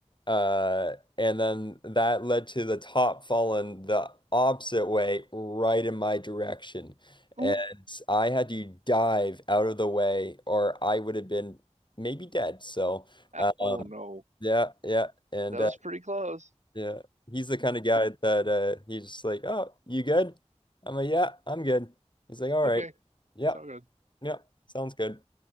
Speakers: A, on the left; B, on the right.
A: uh, and then that led to the top falling the opposite way, right in my direction. And
B: Ooh.
A: I had to dive out of the way, or I would have been maybe dead. So,
B: <laughs>
A: um,
B: Oh no.
A: yeah, yeah, and
B: That
A: uh,
B: was pretty close.
A: yeah, he's the kind of guy that uh, he's just like, "Oh, you good?" I'm like, "Yeah, I'm good." He's like, "All
B: Okay.
A: right, yeah,
B: It's all good.
A: yeah, sounds good."